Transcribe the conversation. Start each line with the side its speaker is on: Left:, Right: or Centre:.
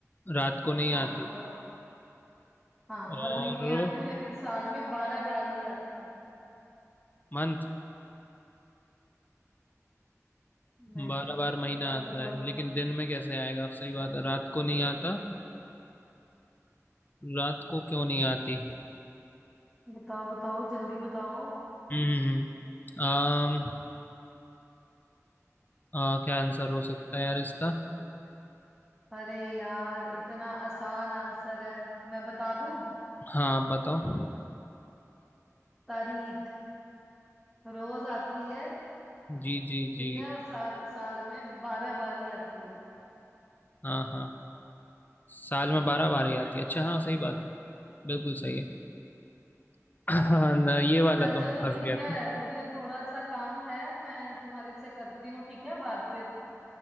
Left: रात को नहीं
Centre: हाँ
Left: आती
Centre: और हाँ
Left: और
Centre: हर महीने आती हूँ लेकिन साल में बारह बार ही आती हूँ
Left: मंथ
Centre: नहीं
Left: बारह बार महीना
Centre: बताओ
Left: आता
Centre: बताओ
Left: है लेकिन दिन में कैसे आएगा आप सही बात है रात को नहीं आता रात को क्यों नहीं आती
Centre: बताओ बताओ जल्दी बताओ
Left: हम्म हम्म हम्म। आम आ, क्या आंसर हो सकता है यार इसका
Centre: अरे यार इतना आसान आंसर है मैं बता दूं
Left: हाँ आप बताओ
Centre: तारीख रोज आती है
Left: जी जी
Centre: ठीक
Left: जी
Centre: है और साल साल में बारह बार ही आती है
Left: हाँ हाँ साल में बारह बार ही आती है अच्छा हाँ सही बात है बिल्कुल सही है <clears throat> <laughs> हाँ ना ये वाला
Centre: अच्छा
Left: तो
Centre: चलो
Left: मैं फंस
Centre: ठीक
Left: गया
Centre: है मुझे थोड़ा सा काम है मैं तुम्हारे से करती हूँ ठीक है बात फिर